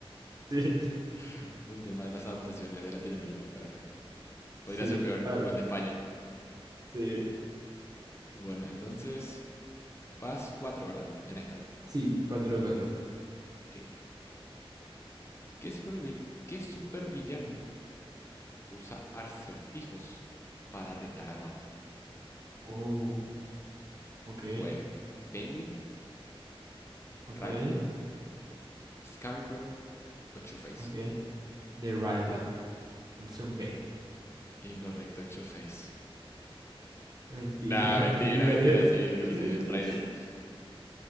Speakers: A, on the right; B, on the left.
A: <laughs>
B: <laughs> un tema de las adaptaciones de Latinoamérica, pero bueno. Podría
A: Sí,
B: ser
A: sí.
B: peor,
A: Pa-
B: como el de España.
A: Sí,
B: Bueno, entonces vas cuatro ¿verdad? En esta.
A: sí, 4 de 4.
B: Ok. ¿Qué supervi- qué supervillano usa acertijos para retar a Batman?
A: Oh, ok,
B: ¿Fue Penguin,
A: ok,
B: Riddler, Scarecrow o Two-Face?
A: ok. The Rider. Opción B.
B: Incorrecto, Two-Face.
A: Mentira,
B: Nah, mentira,
A: <laughs> Riddler
B: mentira,
A: es.
B: sí, dijiste
A: <laughs>
B: bien, Riddler.